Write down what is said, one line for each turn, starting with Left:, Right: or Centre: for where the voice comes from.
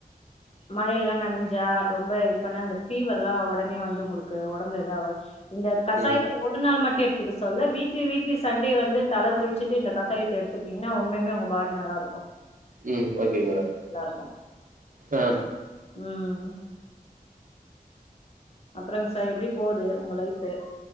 Left: மழைல்லாம் நனைஞ்சா ரொம்ப இது பண்ண அந்த ஃபீவர் எல்லாம் உடனே வந்து உங்களுக்கு உடம்புல ஏதாவ இந்த கசாயத்தை
Right: ம்
Left: ஒரு நாள் மட்டு ட்டு எடுத்துக்க சொல்ல வீக்லி வீக்லி சண்டே வந்து தல குளிச்சிட்டு இந்த கசாயத்த எடுத்துக்கிட்டீங்கன்னா உன்னுமே உங்க பாடி நல்லா இருக்கு
Right: ம் ஓகேங்க மேடம்
Left: நல்லா இருக்கு
Right: ஆ
Left: ம் அப்புறங் சார் எப்டி போகுது உங்க லைஃபு